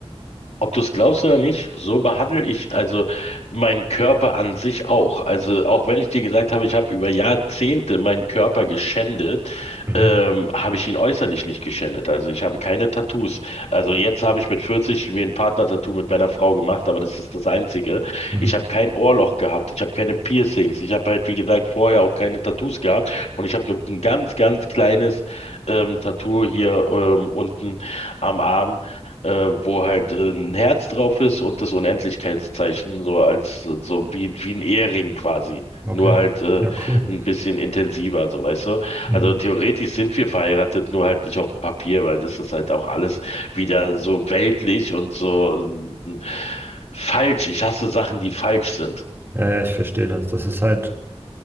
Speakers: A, on the left (about 85°); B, on the right (about 20°).
A: Ob du es glaubst oder nicht, so behandle ich also meinen Körper an sich auch. Also auch wenn ich dir gesagt habe, ich habe über Jahrzehnte meinen Körper geschändet,
B: Mhm.
A: ähm, habe ich ihn äußerlich nicht geschändet. Also ich habe keine Tattoos. Also jetzt habe ich mit 40 mir ein Partner-Tattoo mit meiner Frau gemacht, aber das ist das Einzige.
B: Mhm.
A: Ich habe kein Ohrloch gehabt, ich habe keine Piercings, ich habe halt, wie gesagt, vorher auch keine Tattoos gehabt und ich habe nur ein ganz, ganz kleines ähm, Tattoo hier ähm, unten am Arm äh, wo halt äh, ein Herz drauf ist und das Unendlichkeitszeichen, so als äh, so wie, wie ein Ehering quasi.
B: Okay.
A: Nur halt äh,
B: Ja, cool.
A: ein bisschen intensiver, so weißt du.
B: Mhm.
A: Also theoretisch sind wir verheiratet, nur halt nicht auf dem Papier, weil das ist halt auch alles wieder so weltlich und so ähm, falsch. Ich hasse Sachen, die falsch sind.
B: Ja, ja, ich verstehe das. Das ist halt,